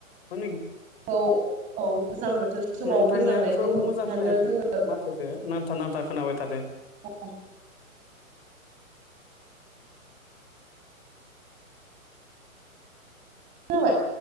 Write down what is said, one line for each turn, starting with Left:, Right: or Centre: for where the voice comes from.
Left: माने
Right: औ औ गोजां बोथोर समाव
Left: नोंथांनियाखौ
Right: गोजांनायखौ होबथानो
Left: मोजां खोनायाखै
Right: जोङो
Left: माथोखौ नांथा नांथा खोनाबाय थादों।
Right: औ खोनाबाय।